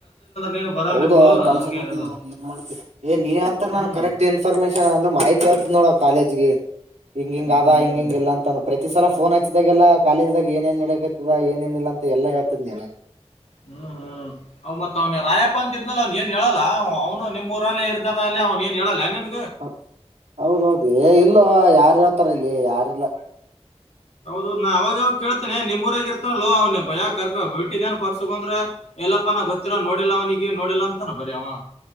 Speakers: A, on the left; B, on the right.
A: ನೀನು ಬರವನೆ
B: ಹೌದು
A: ಬಿಡು
B: ಆ ಕೆಲ್ಸನ್ದ
A: ಹಂಗೇನಿಲ್ಲ
B: ಏನ್ ಮಾಡ್ತವಿ ಏ ನೀ ಅಂತ
A: ಹ್ಮ್
B: ನನ್ ಕರೆಕ್ಟ್ ಇನ್ಫಾರ್ಮೇಶನ್ ಅಂದ್ರ ಮಾಹಿತಿ ಆತ ನೋಡ ಕಾಲೇಜ್ಗೆ ಹಂಗ ಹಂಗ
A: ಹ್ಮ್
B: ಆದದ
A: ಹ್ಮ್
B: ಹಂಗಲ್ಲ ಅಂತ ಅ ಪ್ರತಿ ಮ ಸಲ ಫೋನ್ ಹಚ್ಚಿದಾಗೆಲ್ಲ ಕಾಲೇಜ್ದಾಗ ಏನೇಏನ್ ಇಡಕತ್ತದ ಏನೇನಿಲ್ಲ ಅಂತ ಎಲ್ಲ ಹೇಳ್ತದ ನೀನು
A: ಹ್ಮ್ ಹ್ಮ್ ಅವ ಮತ್ ಅವನ ರಾಯಪ್ಪಾ ಅಂತ ಇದ್ನಲ್ಲ ಅವ್ನ್ ಏನ್ ಹೇಳಲ್ಲ ಅವನು ನಿಮ್ಮ ಊರಲ್ಲಿೇ ಇರ್ತಾನ ಅಲ್ಲಿ ಅವ್ನು ಏನು ಹೇಳಲ್ಲ ನಿನ್
B: ಹ ಹೌದೌದು ಇನ್ನು ಇಲ್ಲ ಯಾರ ಇರತಾರ ಇಲ್ಲಿ ಯಾರಿಲ್ಲ
A: ದು ನಾ ಅವಾಗ ಕೇಳ್ತೇನೆ ನಿಮ್ಮೂರ ಆಾಗಿತ ೋ ಅವ್ನ ಬ ಯಾಕ ಕರ್ ಬಿಟ್ಟಿದ್ದೇನ್ ಪರ್ಸಗಂದ್ರೆ ಎಲ್ಲಪ್ಪನ ಗೊತ್ತಿರ ನೋಡಿಲ್ಲ ಅವನಿಿಗೆ ನೋಡಿಲ್ಲಾ ಅಂತಾನ ಬರ್ಯವ